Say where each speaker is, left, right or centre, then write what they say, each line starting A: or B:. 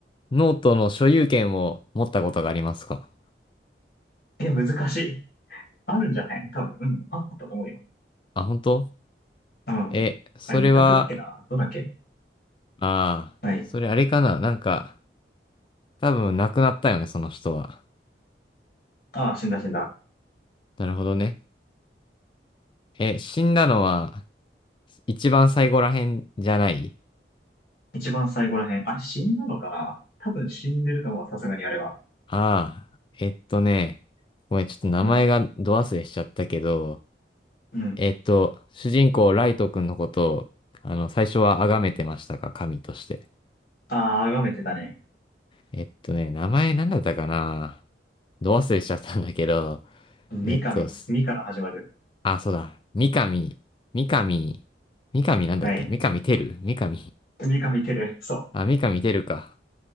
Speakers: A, on the left (about 25°); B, on the left (about 55°).
A: ノートの所有権を持ったことがありますか
B: え、難しい。あるんじゃない多分。うん。ああったと思うよ。
A: あ、本当
B: うん。
A: え、それは、
B: あれ、委託だっけなどうだっけ
A: ああ、
B: はい。
A: それあれかななんか、多分亡くなったよね、その人は。
B: ああ、死んだ死んだ。
A: なるほどね。え、死んだのは、一番最後らへんじゃない
B: 一番最後らへん。あれ、死んだのかな多分死んでると思う。さすがにあれは。
A: ああ、えっとね、ごめん、ちょっと名前がど忘れしちゃったけど、
B: うん。うん。
A: えっと、主人公ライト君のことを、あの、最初は崇めてましたか、神として。
B: ああ、あがめてたね。
A: えっとね、名前なんだったかなど忘れしちゃったんだけど、
B: 三かみ、
A: えっと、す
B: みから始まる。
A: あ、そうだ、三上、三上、三上なんだっけ三上てる三上。
B: はい。三か見てる。そ
A: あ、三上てるか。